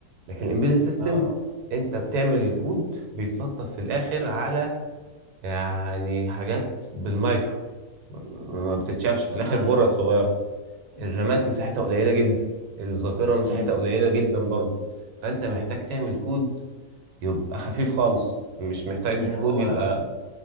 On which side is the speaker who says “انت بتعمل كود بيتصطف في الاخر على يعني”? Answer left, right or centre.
Right